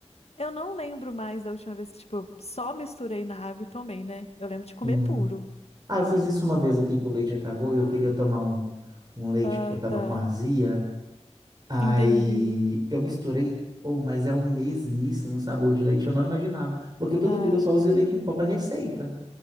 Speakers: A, on the left (about 60°); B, on the right (about 35°).
A: Eu não lembro mais da última vez que, tipo, eu só misturei na água e tomei, né? Eu lembro de comer
B: Sim.
A: puro.
B: Ah, eu fiz isso uma vez aqui que o leite acabou e
A: Ah,
B: eu queria tomar um, um leite
A: ah,
B: porque eu tava
A: tá.
B: com azia. Aí
A: Entendi.
B: eu misturei. Oh, mas é o mesmíssimo sabor de leite, eu não imaginava. Porque toda
A: Ah,
B: vida eu só usei leite em pó para receita.